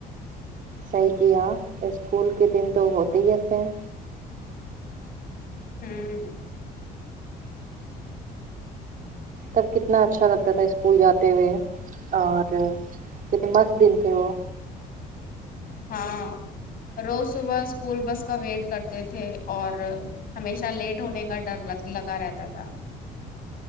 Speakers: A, on the right; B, on the left.
A: صحیح کیا اسکول کے دن تو ہوتے ہی ایسے ہیں
B: ہوں
A: تب کتنا اچھا لگتا تھا اسکول جاتے ہوئے اور کتنے مست دن تھے وہ
B: ہاں روز صبح اسکول بس کا ویٹ کرتے تھے اور ہمیشہ لیٹ ہونے کا ڈر لگ لگا رہتا تھا